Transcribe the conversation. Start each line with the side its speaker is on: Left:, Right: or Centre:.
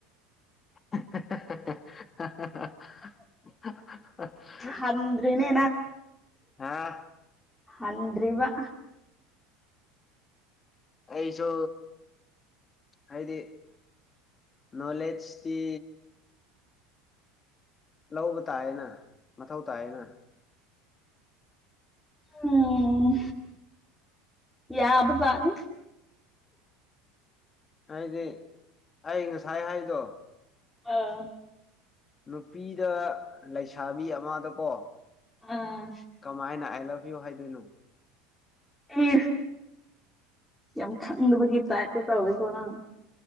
Left: <unintelligible>
Centre: ꯍꯟꯗ꯭ꯔꯦꯅꯦ
Left: ꯍꯥꯥ
Centre: ꯑꯟ꯭ꯔꯤ ꯋꯥ
Left: ꯑꯩꯁꯨ ꯍꯥꯏꯗꯤ ꯅꯣꯂꯦꯖꯇꯤ ꯂꯧꯕ ꯇꯥꯏꯌꯦꯅ ꯃꯊꯧ ꯇꯥꯏꯌꯦꯅ
Centre: ꯎꯝ ꯌꯥꯕ ꯆꯥꯅꯤ
Left: ꯍꯥꯏꯗꯤ ꯑꯩ ꯉꯁꯥꯏ ꯍꯥꯏꯗꯣ
Centre: ꯑꯥ
Left: ꯅꯨꯄꯤꯗ ꯂꯩꯁꯥꯕꯤ ꯑꯃꯗꯀꯣ
Centre: ꯑꯥ
Left: ꯀꯃꯥꯏꯅ ꯑꯥꯏ ꯂꯚ ꯌꯨ ꯍꯥꯏꯗꯣꯏꯅꯣ
Centre: ꯏ ꯌꯥꯝ ꯈꯪꯗꯕꯒꯤ ꯇꯥꯏꯇ ꯇꯧꯋꯤꯀꯣ ꯅꯪ